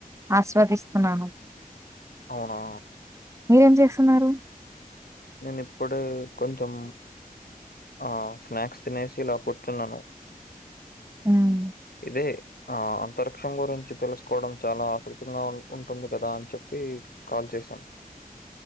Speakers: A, on the right (about 20°); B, on the left (about 80°).
A: ఆస్వాదిస్తున్నాను
B: అవునా
A: మీరేం చేస్తున్నారు
B: నేను ఇప్పుడే కొంచం ఆ స్నాక్స్ తినేసి ఇలా కూర్చున్నాను
A: హ్మ్.
B: ఇదే ఆ అంతరిక్షం గురించి తెలుసుకోవడం చాలా ఆసక్తింగా ఉన్ ఉంటుంది గదా అని చెప్పి కాల్ చేసాన్